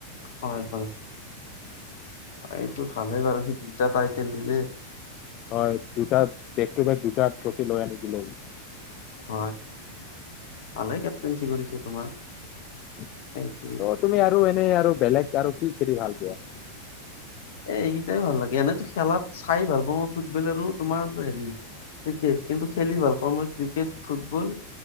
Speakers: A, on the left; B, on the left.
A: হয়, হয়! এইটো ভালেই বাৰু। সি দুটা টাইটেল দিলে।
B: হয় দুটা, বেক টু বেক দুটা ট্ৰফি লৈ আনি দিলে।
A: হয়, ভালে কেপ্টেনচি কৰিছে, তোমাৰ।
B: অ'!
A: এইটোৱে
B: তুমি আৰু এনেই আৰু বেলেগ আৰু কি খেলি ভাল পোৱা?
A: এই, এইকেইটাই ভাল লাগে। এনেইতো খেলাত, চাই ভাল পাওঁ, মই ফুটবল আৰু তোমাৰ সেৰি ক্ৰিকেট। কিন্তু, খেলি ভাল পাওঁ মই, ক্ৰিকেট, ফুটবল,